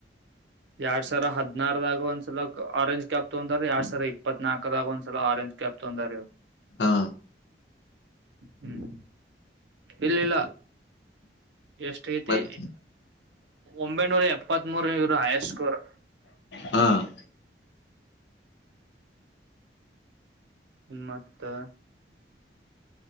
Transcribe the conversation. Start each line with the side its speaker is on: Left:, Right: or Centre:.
Right: ಎರಡ್ ಸಾವಿರ ಹದನಾರದಾಗ ಒಂದ್ಸಲ ಆರೆಂಜ್ ಕ್ಯಾಪ್ ತೊಂದ್ರ ಎರಡ್ ಸಾವಿರ ಇಪ್ಪತ್ ನಲ್ಕದಾಗ ಒಂದ್ಸಲ ಆರೆಂಜ್ ಕ್ಯಾಪ ತ ಹಂದ ರೋ
Left: ಹಾ
Right: ಹ್ಮ್ ಇಲ್ಲ ಇಲ್ಲ ಎಷ್ಟ ಐತಿ
Left: ಮತ್
Right: ಒಂಬೈನೂರ ಎಪ್ಪತ್ ಮೂೂರ ಇವರು ಹಯಸ್ಟ್ ಸ್ಕೋರ್
Left: ಹ್ಮ್
Right: ಮತ್ತ.